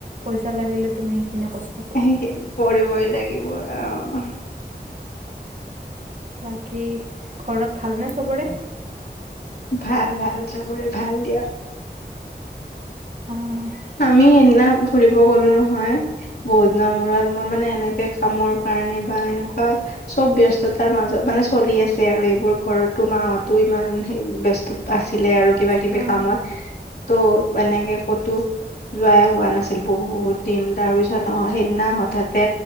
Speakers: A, on the right; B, on the left.
A: পইচা লাগিলে তুমি সেইখিনি কচ
B: সেইখিনি কৰিবই লাগিব অহ।
A: বাকী ঘৰত ভাল নে চবৰে?
B: ভাল, ভাল চবৰে ভাল দিয়া।
A: উম।
B: আমি সেইদিনা ফুৰিব গলো নহয় বহুত দিনৰ মূৰত। মই মানে এনেকে কামৰ কাৰণে বা এনেকুৱা চব ব্যস্ততাৰ মাজত মানে চলি আছে আৰু এইবোৰ। ঘৰতো মাহঁতো ইমান সেই ব্যস্ত আছিলে আৰু কিবা-কিবি
A: অ
B: কামত। ত' এনেকে ক'তো যোৱাই হোৱা নাছিল বহুত দিন। তাৰ পিছত অ সেইদিনা হঠাতে